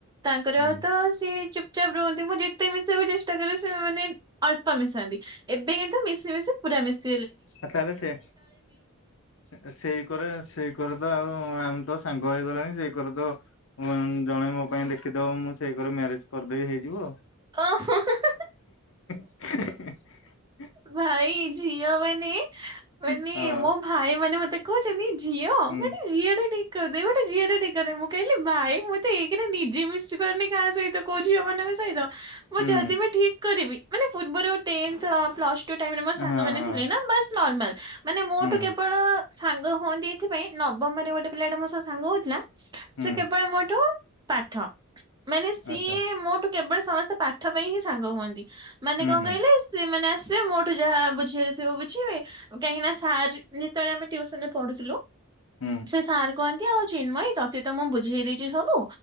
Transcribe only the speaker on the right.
ତାଙ୍କର
ତ ସେ ଏଇ ଚୁପଚାପ ରୁହନ୍ତି ମୁଁ ଯେତେ ମିଶିବାକୁ ଚେଷ୍ଟା କଲେ ସେ ମାନେ ଅଳ୍ପ ମିଶନ୍ତି ଏବେ କିନ୍ତୁ ମିସିବା ଏବେସେ ପୁରା ମିଶ
ଓ ହୋ ହିଁ ହିଁ ହିଁ ହିଁ।
ଭାଇ ଝିଅ ମାନେ
ମାନେ
ମୋ ଭାଇ ମାନେ ମତେ କହୁଚନ୍ତି ଝିଅ
ଗୋଟେ ଝିଅ ଟେ ଠିକ୍ କରିଦେ ଗୋଟେ ଝିଅ ଟେ ଠିକ୍ କରିଦେ ମୁଁ କହିଲି ଭାଇ ମୁଁତ ଏକରେ ନିଜେ ମିଶି ପାରୁନି କାହା ସହିତ କୋଉ ଝିଅ ମାନଙ୍କ ସହିତ ମୁଁ
ଯଦି ବି ଠିକ୍ କରିବି ମାନେ ପୂବରୁ ଟେନ୍ଥ ଅ ପ୍ଲସ ଟୁ ଟାଇମ ରେ ମୋ ସାଙ୍ଗ
ମାନେ
ଥିଲେ ନା ବାସ୍ ନର୍ମାଲ ମାନେ ମୋଠୁ
କେବଳ ସାଙ୍ଗ ହୁଅନ୍ତି ଏଥିପାଇଁ ନବମରେ ଗୋଟେ ପିଲାଟେ ମୋ ସହ ସାଙ୍ଗ ହଉଥିଲା
ସେ କେବଳ ମୋଠୁ ପାଠ ମାନେ ସିଏ
ମୋଠୁ କେବଳ ସମସ୍ତେ ପାଠ ପାଇଁ ହିଁ ସାଙ୍ଗ ହୁଅନ୍ ମାନେ
କଣ
କହିଲେ ସେମାନେ ଆସି ମୋଠୁ ଯାହା ବୁଝିଆରଥିବ ବୁଝିବେ କାହିଁକିନା ସାର୍ ଯେତବେଳେ ଆମେ ଟୀଉସନରେ ପଢୁଥିଲୁ
ସେ ସାର୍ କହନ୍ତି ଆଉ ଚିନ୍ମୟୀ ତତେ ତ ମୁଁ ବୁଝେଇ ଦେଇଚି ସବୁ